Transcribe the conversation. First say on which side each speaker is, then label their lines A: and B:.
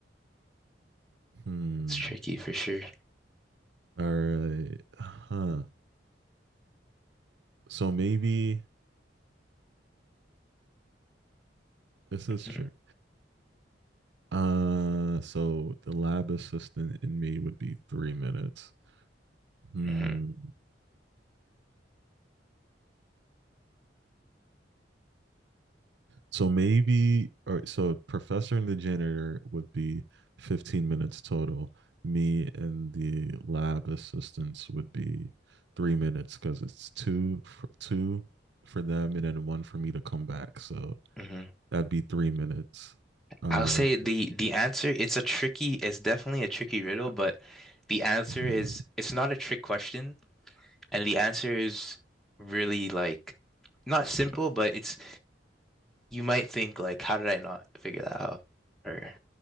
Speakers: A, on the right; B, in the centre.
A: Hmm.
B: It's tricky for sure.
A: All right. Huh. So maybe this is
B: Mhm,
A: trick. Uh. So the lab assistant in me would be three minutes. Hmm.
B: mhm.
A: So maybe, or so professor and the janitor would be 15 minutes total. Me and the lab assistants would be three minutes because it's two for, two for them and then one for me to come back. So
B: hmm
A: that'd be three minutes. Uh,
B: I'll say the the answer, it's a tricky, it's definitely a tricky riddle, but the answer
A: five-
B: is it's not a trick question, and the answer is really like not simple, but it's you might think like, how did I not figure that out? Or